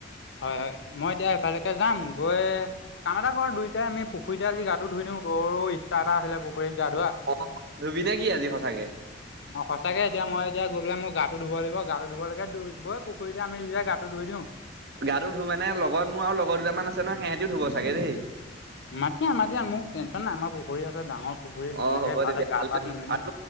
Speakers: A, on the left (about 65°); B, on the right (about 60°).
A: হয়, হয় মই এতিয়া এফালেকে যাম গৈ কাম এটা কৰ দুই <unintelligible> পুখুৰীতে আজি গাটো ধুই দিওঁ <unintelligible> ইচ্ছা আছিলে পুখুৰীত গা ধুৱা।
B: অ ধুবি নে কি আজি সঁচাকে।
A: সঁচাকে এতিয়া মই এতিয়া গৈ পেলাই মই গাটো ধুব লাগিব। গাটো ধুবলৈকে <unintelligible> পুখুৰীতে আমি দুটাই গাটো ধুই দিওঁ।
B: গাটো ধুওঁ মানে লগত মোৰ আউ লগৰ দুটামান আছে ন সিহঁতিও ধুব চাগৈ দেই।
A: মাতি আন মাতি আন মোক টেনশ্যন নাই আমাৰ পুখুৰী আছে ডাঙৰ পুখুৰী
B: অ
A: ধুনীয়াকে
B: হ'ব
A: তাতে
B: তেতিয়া
A: গা- পা ধুই মেলি
B: আৰু